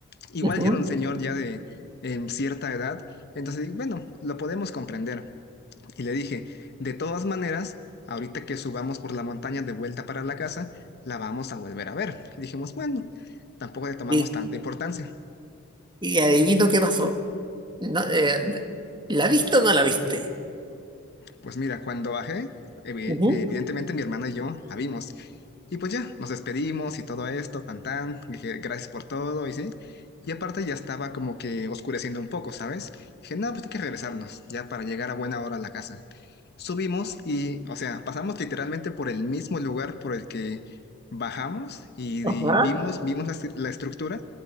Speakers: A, on the left; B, on the right.
A: Igual
B: Ujú.
A: yo era un señor ya de em, cierta edad, entonces dije, bueno, lo podemos comprender. Y le dije, de todas maneras, ahorita que subamos por la montaña de vuelta para la casa, la vamos a volver a ver. Y dijimos, bueno, tampoco le tomamos
B: Y,
A: tanta importancia.
B: y adivino qué pasó. No, eh, ¿la viste o no la viste?
A: Pues mira, cuando bajé, evi-
B: Ujú.
A: evidentemente mi hermana y yo la vimos. Y pues ya, nos despedimos y todo esto, tan tan, dije gracias por todo y sí. Y aparte ya estaba como que oscureciendo un poco, ¿sabes? Dije, no, pues hay que regresarnos, ya para llegar a buena hora a la casa. Subimos y, o sea, pasamos literalmente por el mismo lugar por el que bajamos y, y
B: Ajá.
A: vimos, vimos la, est- la estructura